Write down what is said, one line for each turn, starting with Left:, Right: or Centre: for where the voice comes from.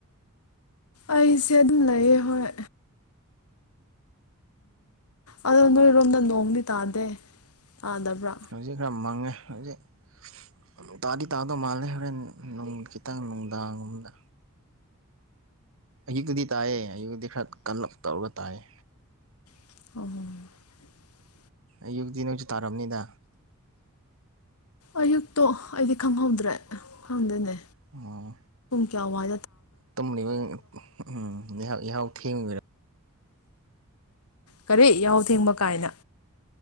Left: ꯑꯩꯁꯦ ꯑꯗꯨꯝ ꯂꯩꯌꯦ ꯍꯣꯏ ꯑꯗꯣ ꯅꯣꯏꯔꯣꯝꯗ ꯅꯣꯡꯗꯤ ꯇꯥꯗꯦ ꯇꯥꯗꯕ꯭ꯔꯥ
Right: ꯍꯧꯖꯤꯛ ꯈ ꯃꯥꯡꯉꯦ ꯍꯧꯖꯤꯛ ꯅꯨꯡ ꯇꯥꯗꯤ ꯇꯥꯗꯧ ꯃꯥꯜꯂꯦ ꯍꯣꯔꯦꯟ ꯅꯨꯡ ꯈꯤꯇꯪ ꯅꯨꯡꯗꯥꯡꯒꯨꯝꯝꯗ ꯑꯌꯨꯛꯇꯗꯤ ꯇꯥꯏꯌꯦ ꯑꯌꯨꯛꯛꯇꯗꯤ ꯈꯔ ꯀꯂꯞ ꯇꯧꯔꯒ ꯇꯥꯏꯌꯦ
Left: <unintelligible>
Right: ꯑꯌꯨꯛꯇꯤ ꯅꯪꯁꯨ ꯇꯥꯔꯕꯅꯤꯗ
Left: ꯑꯌꯨꯛꯇꯣ ꯑꯩꯗꯤ ꯈꯪꯍꯧꯗ꯭ꯔꯦ ꯈꯪꯗꯅꯦ
Right: ꯑꯣ
Left: ꯌꯥ ꯑꯋꯥ
Right: ꯇꯝꯂꯤꯕ ꯎꯝ ꯎꯝ ꯏꯍꯥꯎ ꯊꯦꯡꯔꯝ
Left: ꯀꯔꯤ ꯌꯥꯎ ꯊꯦꯡꯕ ꯀꯥꯏꯅ